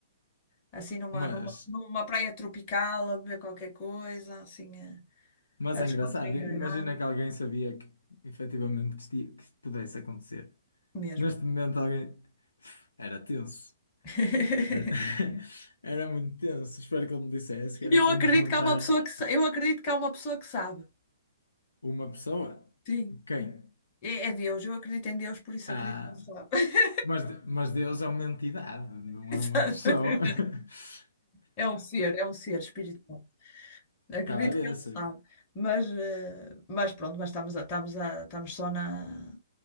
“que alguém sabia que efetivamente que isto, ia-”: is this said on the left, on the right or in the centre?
Left